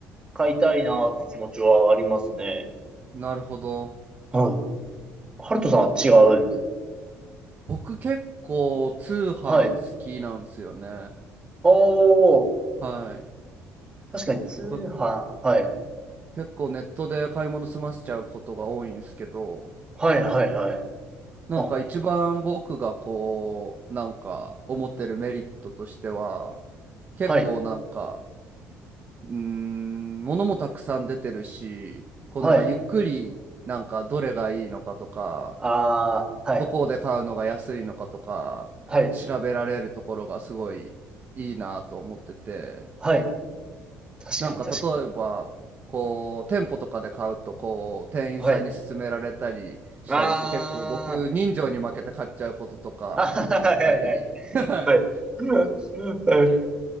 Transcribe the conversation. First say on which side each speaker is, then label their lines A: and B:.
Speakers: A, on the right; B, on the right.
A: 買いたいなって気持ちはありますね。
B: なるほど。
A: はい。ハルトさんは違うんです。
B: 僕結構通販好きなんですよね。
A: はい。おー、
B: はい。
A: 確かに通販。
B: だから
A: はい。
B: 結構ネットで買い物済ませちゃうことが多いんですけど、
A: はいはいはい。
B: なんか一番僕がこう、
A: あ、
B: なんか思ってるメリットとしては、結構なんか、
A: はい。
B: うーん、物もたくさん出てるし、こうなんかゆっくりなんかどれがいいのかとか、
A: はい。あー、はい。
B: どこで買うのが安いのかとか調べられるところがすごいいいなと思ってて
A: はい。はい。確かに確か
B: なんか例えばこう店舗とかで買うとこう店員さんに勧められたりしたりして結構僕人情に負けて買っちゃうこととかあったり
A: に。はい。あー、あはいははいはい。
B: <laughs> はい
A: はい。はい。